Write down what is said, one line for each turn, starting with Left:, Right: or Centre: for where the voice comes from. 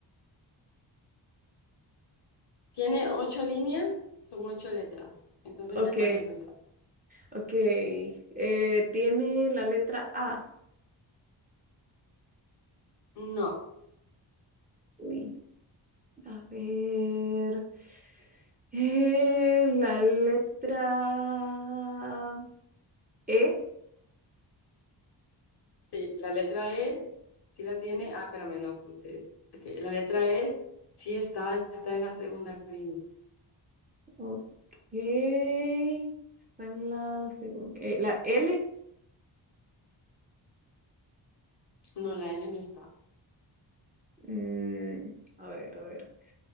Left: Tiene ocho líneas, son ocho letras. Entonces
Right: Ok. Ok.
Left: ya puedes empezar.
Right: Ok. Eh, tiene la letra A.
Left: No,
Right: Uy. A ver. eh, la letra E.
Left: sí, la letra E sí la tiene. Ah, espérame, no puse. esto. Ok, la letra E sí está, está en la segunda línea.
Right: Ok. Está en la, segun- eh, la L.
Left: No, la L no está.
Right: Mm, a ver, a ver.